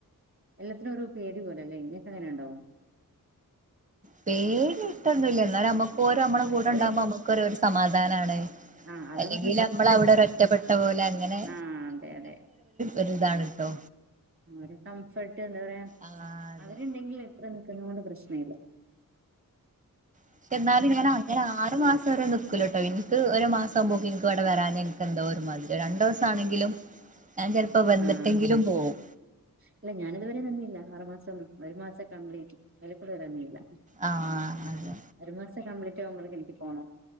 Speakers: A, on the right; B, on the right.
A: എല്ലത്തിനൊരു പേടി പോലല്ലേ ങ്ങക്കങ്ങനെണ്ടോ
B: പേട്യയ്ട്ടൊന്നുല്ല ന്നാലും നമ്മ ഓരും നമ്മളെ കൂടെണ്ടാവുമ്പോ
A: ഒരു
B: നമുക്കൊരൊരു സമാധാ ത്താനാണ്
A: ആഹ് അതാ
B: അല്ലെങ്കില്
A: പറഞ്ഞത്
B: നമ്മളവടെ
A: അപ്പം
B: ഒരുറ്റപ്പെട്ട പോലെ അങ്ങനെ
A: ആഹ് അതെ അതെ
B: ഒരുരിതാണ് ട്ടോ
A: ഒരു കംഫർട്ട് എന്താ പറയാ
B: ആ അതെ
A: അവരുണ്ടെങ്കില് അത്ര നിക്കുന്നോണ്ട് പ്രശ്ന ഇല്ല.
B: പക്ഷ എന്നാലും ഞാൻ അങ്ങനെ ആറ് മാസം വരെ നിക്കൂല ട്ടോ എനിക്ക് ഒരു മാസാവുമ്പോ പൊ ഇക്ക് അവിടെ വരാഞ്ഞാ എനിക്ക് എന്തോ ഒരുമാതിരി രണ്ട് ദിവസം ആണെങ്കിലും ഞാൻ ചിലപ്പോ വന്നിട്ടെങ്കിലും
A: ആഹ്
B: പോവും.
A: ഇല്ല ഞാനിതുവരെ വന്നില്ല ആറുമാസം ഒരു മാസം കംപ്ലീറ്റ് അതിൽ കൂടുതൽ നിന്നില്ല.
B: ആഹ് അതെ
A: അ ഒരുമാസം കംപ്ലിറ്റ് ഉച്ചേകുമ്പോഴേക്കും എനിക്ക് പോണം.